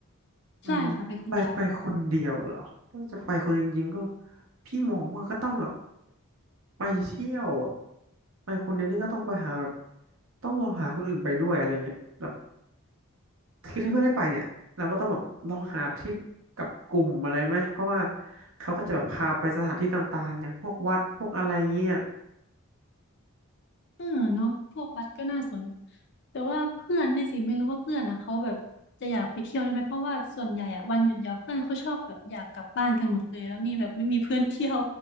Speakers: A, on the right; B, on the left.
A: อืมไปไปคนเดียวเหรอถ้าจะไปคนเดียวจริงๆก็
B: ใช่ค่ะไปคนเดียว
A: พี่มองว่าก็ต้องแบบไปเที่ยวอะไปคนเดียวนี่ก็ต้องไปหาแบบต้องลองหาคนอื่นไปด้วยอะไรเงี้ยแบบคือถ้าเพื่อนไม่ไปเนี่ยเราก็ต้องแบบลองหาทริปกับกลุ่มอะไรไหมเพราะว่าเขาก็จะแบบพาไปสถานที่ต่างๆอย่างพวกวัดพวกอะไรเงี้ย
B: เออเนาะพวกวัดก็น่าสน แต่ว่าเพื่อนนี่สิไม่รู้ว่าเพื่อนอ่ะเขาแบบจะอยากไปเที่ยวด้วยไหมเพราะว่าส่วนใหญ่อ่ะวันหยุดยาวเพื่อนเขาชอบแบบอยากกลับบ้านกันหมดเลย แล้วนี่แบบไม่มีเพื่อนเที่ยว